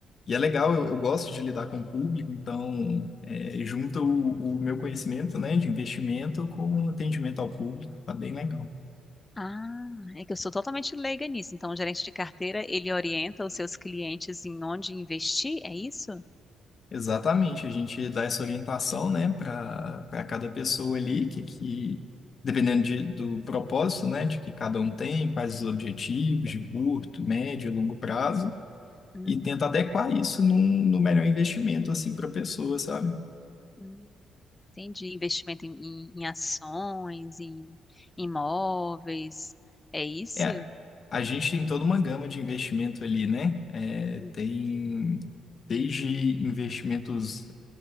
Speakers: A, on the left; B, on the left.
A: E é legal, eu, eu gosto de lidar com o público, então é, junta o, o meu conhecimento, né, de investimento com atendimento ao público, tá bem legal.
B: Ah, é que eu sou totalmente leiga nisso. Então, o gerente de carteira, ele orienta os seus clientes em onde investir, é isso?
A: Exatamente, a gente dá essa orientação, né, para para cada pessoa ali, que, que dependendo de, do propósito, né, de que cada um tem, quais os objetivos de curto, médio, longo prazo,
B: Hum,
A: e tenta adequar isso no, no melhor investimento assim para a pessoa, sabe?
B: hum. Entendi. Investimento em, em- em ações, em imóveis. É isso?
A: É, a gente tem toda uma gama de investimento ali, né? É,
B: Uhum.
A: tem desde investimentos